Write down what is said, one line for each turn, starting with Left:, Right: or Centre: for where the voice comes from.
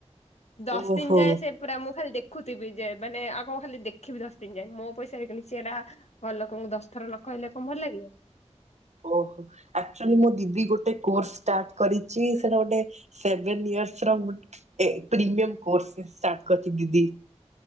Left: ଦଶ
Right: ଓହୋ।
Left: ଦିନ ଯାଏଁ ସେ ପୁରା ମୁଁ ଖାଲି ଦେଖୁଥିବି ଯେ ମାନେ ଆଉ କଁ ଖାଲି ଦେଖିବି ଦଶ ଦିନ ଯାଏଁ ମୋ ପଇସାରେ କିଣିଚି ହେରା ଘରଲୋକଙ୍କୁ ଦଶ ଥର ନ କହିଲେ କଣ ଭଲ ଲାଗିବ।
Right: ଓହୋ ଆକଚୋଲି ମୋ ଦିଦି ଗୋଟେ କୋର୍ସ ଷ୍ଟାର୍ଟ କରିଚି ସେଟା ଗୋଟେ ସେଭେନ ଇୟରସର ଗୋଟ୍ ଏ ପ୍ରିମିୟର କୋର୍ସଟେ ଷ୍ଟାର୍ଟ କରିଚି ଦିଦି।